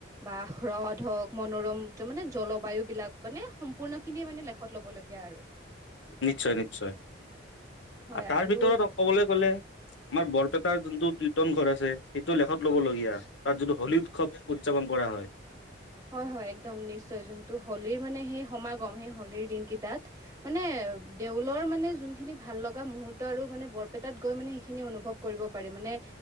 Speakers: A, on the right (about 15°); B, on the left (about 80°).
A: বা হ্ৰদ হওক মনোৰমতো মানে জলবায়ু বিলাক মানে সম্পূৰ্ণ খিনিয়ে মানে লেখত ল'বলগীয়া আৰু।
B: নিশ্চয়-নিশ্চয় আ
A: হয়
B: তাৰ
A: আৰু
B: ভিতৰত ক'বলৈ গলে আমাৰ বৰপেটাৰ যোনটো কীৰ্তন ঘৰ আছে সেইটোও লেখত ল'বলগীয়া তাত যিটো হোলী উৎসৱ উদযাপন কৰা অ, হয়।
A: হয়-হয় একদম নিশ্চয় যোনটো হোলীৰ মানে সেই সমাগম সেই হোলীৰ দিন কেই টাত মানে দেউল লৰ মানে যোনখিনি ভাল লগা মুহূৰ্ত আৰু মানে বৰপেটাত গৈ মানে সেইখিনি অনুভৱ কৰিব পাৰি মানে